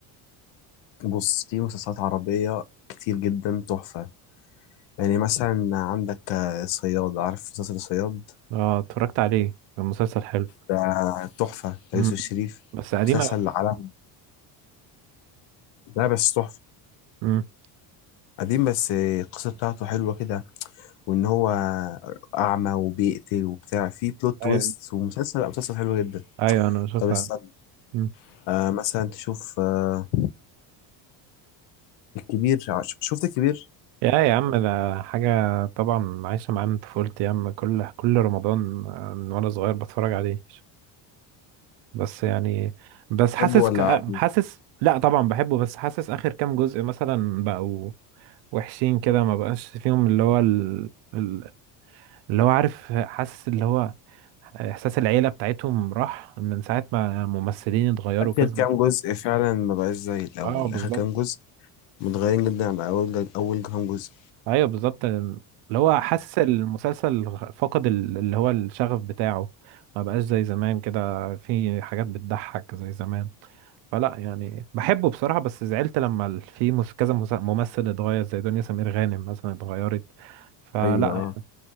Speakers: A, on the left (about 65°); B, on the right (about 70°).
A: بص في مسلسلات عربية كتير جدا تحفة يعني مثلا عندك آه، صياد عارف مسلسل صياد
B: اه اتفرجت عليه كان مسلسل حلو
A: ده تحفة بتاع
B: امم
A: يوسف الشريف
B: بس قديم
A: مسلسل
B: قوي
A: عالمي لا بس تحفة
B: امم
A: قديم بس آه، القصة بتاعته حلوة كده وإن هو أعمى وبيقتل وبتاع في بلوت
B: ايوه
A: تويست ومسلسل لا مسلسل حلو جدا
B: ايوه انا شفت
A: طب استنى
B: امم
A: آه مثلا تشوف آه الكبير ع- شفت الكبير
B: يا يا عم ده حاجة طبعا عايشة معاه من طفولتي يا عم كل كل رمضان آه، من وانا صغير بتفرج عليه بس يعني بس
A: تحبه
B: حاسس
A: ولا
B: ك-
A: عادي
B: حاسس لا طبعا بحبه بس حاسس اخر كام جزء مثلا بقوا وحشين كده ما بقاش فيهم اللي هو ال- ال- اللي هو عارف حاسس اللي هو احساس العيله بتاعتهم راح من ساعه ما الممثلين اتغيروا
A: آخر
B: كذا
A: كام جزء فعلا ما بقاش زي الأول
B: اه بالظبط
A: آخر كام جزء متغيرين جدا عن اول جا- اول كام جزء
B: ايوه بالظبط اللي هو حاسس المسلسل فقد ال- اللي هو الشغف بتاعه ما بقاش زي زمان كده في حاجات بتضحك زي زمان فلا يعني بحبه بصراحة بس زعلت لما ال- في مس- كذا مس- ممثل اتغير زي دنيا سمير غانم مثلا اتغيرت فلا
A: ايوه اه